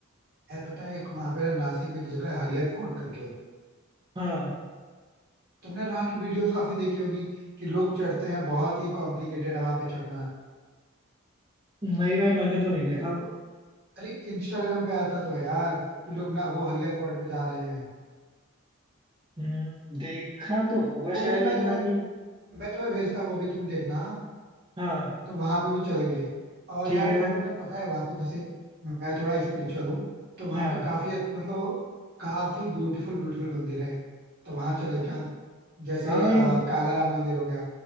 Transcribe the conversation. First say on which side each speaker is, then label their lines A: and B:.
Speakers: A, on the right (about 45°); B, on the right (about 20°).
A: यार पता है एक वहां पे ना नासिक में एक जगह है हरियर फोर्ट करके
B: हाँ
A: तुमने यार वहाँ की वीडियोस काफी देखी होगी कि लोग चढ़ते हैं बहुत ही कॉम्प्लिकेटेड वहां पे चढ़ना
B: नहीं भाई मैंने तो नहीं
A: वीडियो-
B: देखा
A: अरे इंस्टाग्राम पे आता तो है यार कि लोग ना वो हरियर फोर्ट पे जा रहे हैं
B: हम्म, देखा तो होगा
A: कोई
B: शायद
A: नहीं
B: लेकिन
A: मैं तुम्हें
B: अभी
A: मैं तुम्हें भेजता हूँ अभी तुम देखना
B: हाँ
A: तो वहां पे भी चलेंगे और
B: ठीक
A: यार
B: है
A: वहाँ
B: भाई
A: पे ना पता है वहाँ पे जैसे मैं थोड़ा स्पिरिचुअल हूँ तो वहाँ
B: हाँ
A: पे काफी अच्छ- मतलब काफी ब्यूटीफुल ब्यूटीफुल मंदिर है तो वहां चले क्या जैसे
B: हाँ भाई
A: अ, काला राम मंदिर हो गया